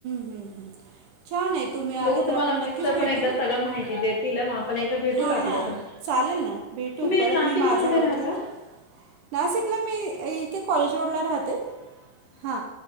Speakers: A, on the right; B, on the left.
A: हूं हूं! छान आहे, तुम्ही आलं
B: बघू तुम्हाला
A: तर आपण
B: मिस्टर
A: नक्कीच भेटू,
B: पण एकदा
A: <inaudible> तुम्हाला
B: माहिती
A: पण सगळं
B: देतील
A: एकदा
B: मग आपण भेटू
A: <inaudible> हा
B: लागला
A: हा.
B: तर
A: चालेल ना, भेटू,
B: तुम्ही
A: <inaudible> कुठं राहता?
B: नाशिकला
A: परत मी माझ्या
B: कुठे
A: ओळखीत
B: राहता
A: नासिकला मी इथे, कॉलेज रोडला राहते. हा